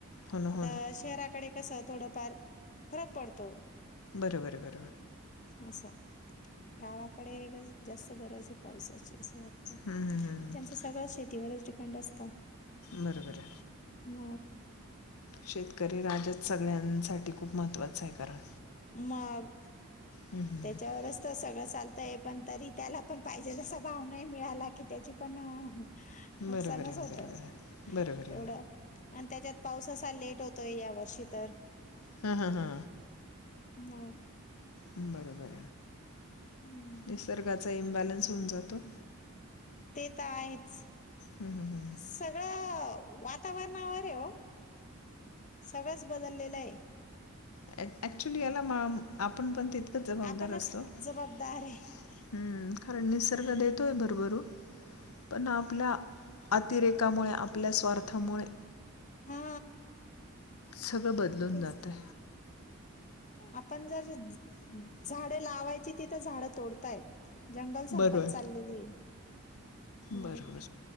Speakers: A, on the left; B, on the left.
A: हो ना हो
B: आता
A: ना
B: शहराकडे कस थोडफार फरक पडतो
A: बरोबर बरोबर
B: असं गावाकडे एक जास्त गरज आहे पावसाची असं वाटत
A: हं, हं, हं.
B: त्यांचं सगळं शेतीवरच डिपेंड असत
A: बरं बरं
B: मग
A: शेतकरी राजाच सगळ्यांसाठी खूप महत्त्वाचं आहे कारण
B: मग
A: हं, हं, हं.
B: त्याच्यावरच तर सगळं चालतय पण तरी त्याला पण पाहिजे तसा भाव नाही मिळाला की त्याची पण नुकसानच
A: बरोबर
B: होतं
A: बरोबर बरोबर आहे
B: एवढं आणि त्याच्यात पाऊस असा लेट होतोय या वर्षी तर
A: हम हम हा
B: मग
A: बरोबर
B: हम्म,
A: निसर्गाचा इम्बॅलन्स होऊन जातो
B: ते तर आहेच
A: हं, हं, हं.
B: सगळं वातावरणावर आहे ओ सगळंच बदललेलंय
A: अॅ अऍक्चुली याला मम आपण पण ति तकच जबाबदार
B: आपणच
A: असत
B: जबाबदार आहे
A: खऱ निसर्ग देतोय भर वरुन पण आपल्या अतिरेकामुळे आपल्या स्वार्थामुळे
B: हा
A: सगळं बदलून
B: तेच
A: जातय.
B: आपण जर झाडं लावायची तिथं झाडं तोडतायत. जंगल संपत
A: बरोबर.
B: चाललेलीये मग
A: बरोबर.